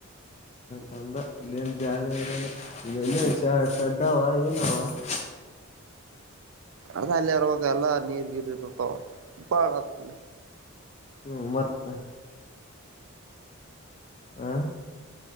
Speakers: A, on the left; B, on the right.
A: ಕಂದ್ರ ಇಲ್ಲೇನ್ ಜಾಗ ಇರಲ್ಲ <unintelligible>
B: ಅದ ಅಲ್ಲಿರವಾಗ ಎಲ್ಲಾ ನೀರ್ ಗಿರ್ ಇರ್ತಾವ ಬಾಳತಲ್ಲ.
A: ಹ್ಮೂ ಮತ್ತೆ ಆ